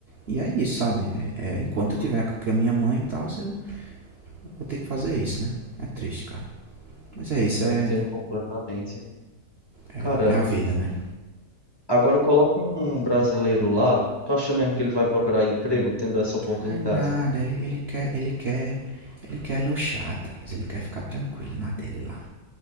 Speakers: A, on the right (about 45°); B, on the left (about 15°).
A: E é isso, sabe? É, é, enquanto eu
B: Uhum.
A: tiver com a minha mãe e tal, eu vou ter que fazer isso, né? É triste, cara. Mas é isso, é,
B: Eu entendo completamente.
A: é,
B: Cara,
A: é a vida, né?
B: agora coloca um brasileiro lá. Tu acha mesmo que ele vai procurar emprego tendo essa oportunidade?
A: Ai, nada, ele, ele quer, ele quer, ele quer luxar, Thales. Ele quer ficar tranquilo na dele lá.